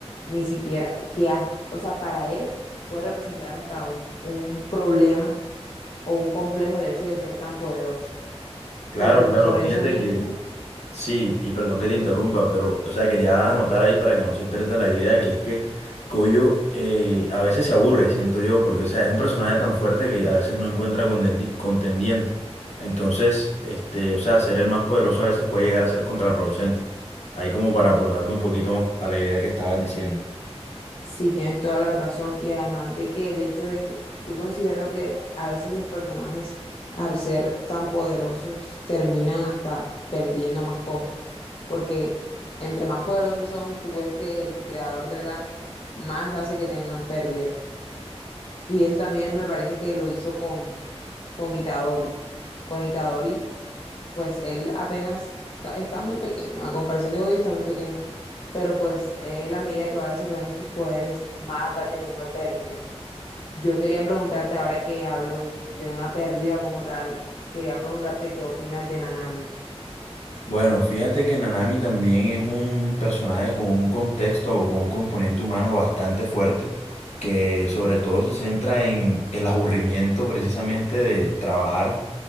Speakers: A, on the left; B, on the left.
A: ni siquiera, que, ha- o sea, para él puede representar hasta un, un problema o un complejo el hecho de ser tan poderoso,
B: claro,
A: porque
B: claro.
A: por
B: Fíjate
A: eso mismo,
B: que Sí, y perdón que te interrumpa, pero, o sea, quería anotar ahí para que no se pierda la idea, que es que Coyo eh, a veces se aburre, siento yo, porque, o sea, es un personaje tan fuerte que a veces no encuentra contendi- contendiente. Entonces, este, o sea, ser el más poderoso a veces puede llegar a ser contraproducente. Ahí como para aportarte un poquito a la idea que estabas diciendo.
A: Sí, tienes toda la razón. Y además de que el hecho de que yo considero que a veces los personajes, al ser tan poderosos, terminan hasta perdiendo más cosas. Porque entre más poderosos son, tú ves que el creador del anime más hace que tengan pérdidas. Y eso también me parece que lo hizo con, con Itadori. Con Itadori pues él apenas está, está muy pequeño, a comparación de Goyo está muy pequeño, pero pues él a medida que va desarrollando sus poderes, más va teniendo pérdidas. Yo quería preguntarte, ahora que hablo de una pérdida como tal, quería preguntarte qué opinas de Nanami.
B: Bueno, fíjate que Nanami también es un personaje con un contexto o con un componente humano bastante fuerte, que sobre todo se centra en el aburrimiento precisamente de trabajar.